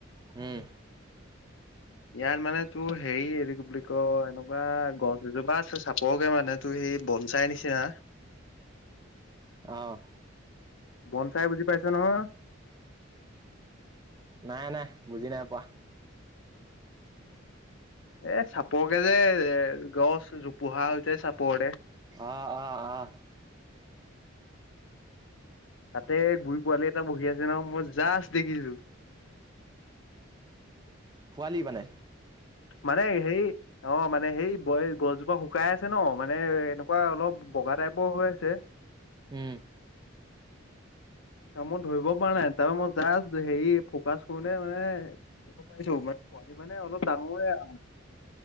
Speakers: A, on the right; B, on the left.
A: হম।
B: <unintelligible> ইয়াত মানে তোৰ হেৰি এইৰি বুলি ক এনেকুৱা গছ এজোপা আছে চাপৰকে মানে তোৰ সেই বম চাই নিচিনা
A: আহ।
B: বন-চাই বুজি পাইছে নহয়?
A: নাই। নাই। বুজি নাই পোৱা।
B: এ চাপৰকে যে এ গছ জোপোহা হৈছে চাপৰতে।
A: অ', অ', অ।
B: তাতে গুৰি পোৱালি এটা বহি আছে। ন মই জাষ্ট দেখিছো।
A: পোৱালি মানে।
B: মানে হেই অ মানে সেই ব- গছজোপা শুকাই আছে ন। মানে এনেকুৱা অলপ বগা টাইপৰ হৈ আছে।
A: উম।
B: অ' মই ধৰিব পৰা নাই। তাৰ মই জাষ্ট হেৰি ফ'কাচ কৰোতে মানে য পাৰিছো পোৱালি মানে অলপ ডাঙৰে।